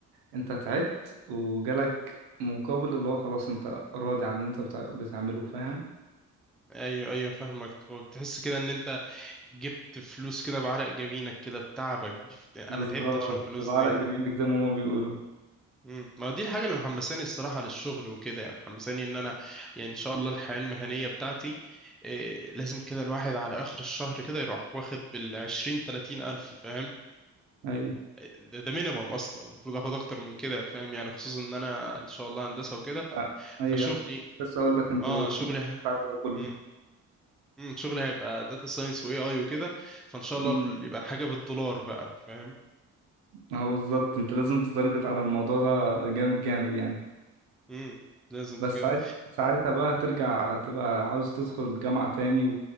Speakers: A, on the right; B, in the centre.
A: أنت تعبت وجالك مقابل اللي هو خلاص أنت راضي عن اللي أنت بتع- بتعمله فاهم
B: ايوه ايوه فاهمك هو بتحس كده ان انت جبت فلوس كده بعرق جبينك كده بتعبك دي ف- انا
A: بالظبط
B: تعبت عشان الفلوس
A: بعرق
B: دي
A: جميل زي ما هما بيقولوا
B: مم. ما دي الحاجة اللي محمساني الصراحة للشغل وكده يعني محمساني ان انا يعني ان شاء الله الحياة المهنية بتاعتي إيه لازم كده الواحد على اخر الشهر كده يروح واخد بالعشرين تلاتين الف فاهم
A: أي
B: ده, ده مينيمم اصلا المفروض اخد اكتر من كده فاهم يعني خصوصا ان انا ان شاء الله هندسة وكده
A: ف- ايوه
B: فشغلي
A: بس اقول لك انتوا
B: اه
A: في
B: شغلي
A: المكان
B: ه-
A: بتاعكوا ده كله
B: مم. مم. شغلي هيبقى داتا ساينس واي اي وكده فان شاء
A: مم.
B: الله يبقى الحاجة بالدولار بقى فاهم
A: اهو بالظبط انت لازم تتارجت على الموضوع ده جامد جامد يعني
B: مم. لازم
A: بس
B: بجد
A: ساعت- ساعتها بقى ترجع تبقى عاوز تدخل الجامعة تاني